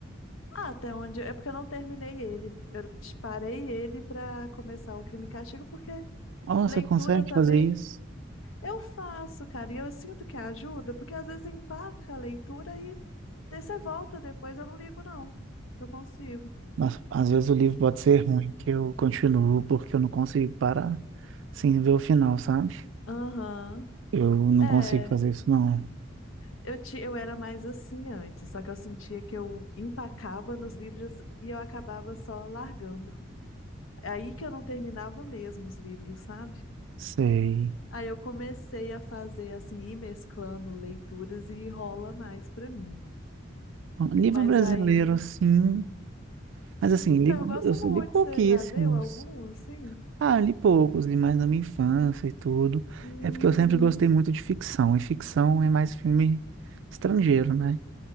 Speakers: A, on the left; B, on the right.
A: Ah, até onde? É porque eu não terminei ele. Eu te- parei ele para começar o Crime e Castigo, porque
B: Oh,
A: leitura
B: você consegue
A: também
B: fazer isso?
A: Eu faço, cara, e eu sinto que ajuda, porque às vezes empaca a leitura e daí você volta depois, eu não ligo, não. Eu consigo.
B: Mas às vezes o livro pode ser ruim, que eu continuo porque eu não consigo parar sem ver o final, sabe?
A: Aham.
B: Eu não
A: É,
B: consigo fazer isso, não.
A: eu, ti, eu era mais assim antes, só que eu sentia que eu empacava nos livros e eu acabava só largando. É aí que eu não terminava mesmo os livros, sabe?
B: Sei.
A: Aí eu comecei a fazer assim, ir mesclando leituras e rola mais pra mim.
B: Livro
A: Mas
B: brasileiro,
A: aí.
B: sim. Mas assim,
A: Então,
B: livro,
A: eu gosto
B: eu só
A: muito.
B: li pouquíssimos.
A: Você já leu algum, assim?
B: Ah, li poucos, li mais na minha infância e tudo.
A: Uhum.
B: É porque eu sempre gostei muito de ficção. E ficção é mais filme estrangeiro, né?